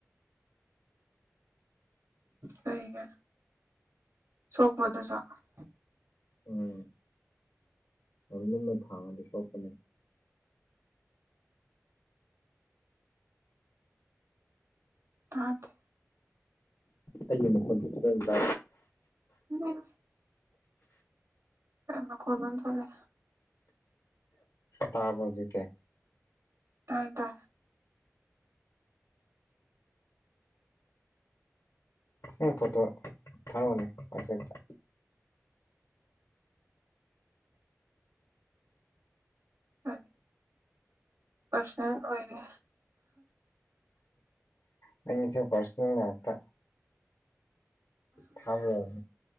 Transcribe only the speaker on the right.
ꯀꯩꯒꯤ ꯁꯣꯛꯄꯔꯣ ꯗꯨꯖꯨ ꯫
ꯇꯥꯗꯦ
ꯏꯃꯥꯏ ꯃꯩ ꯑ ꯃꯈꯣꯜ ꯑꯝ ꯊꯣꯛꯂꯦ
ꯇꯥꯔꯦ ꯇꯥ
ꯍꯣꯏ ꯄꯔꯁꯅꯦꯜ ꯑꯣꯏꯔꯦ